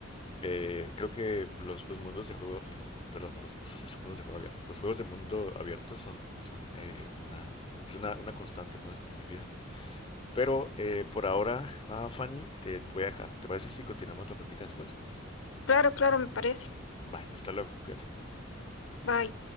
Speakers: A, on the left; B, on the left.
A: eh, creo que los, los mundos de juego, l- perdón, los, <laughs> los mundos de juego abierto, los juegos de mundo abierto son, son eh, una, pues, una, una constante, ¿no? en en mi vida. Pero eh, por ahora, ah, Fanny, te voy a dejar. ¿Te parece si continuamos la práctica después?
B: Claro, claro, me parece.
A: Bye, hasta luego, cuídate.
B: Bye.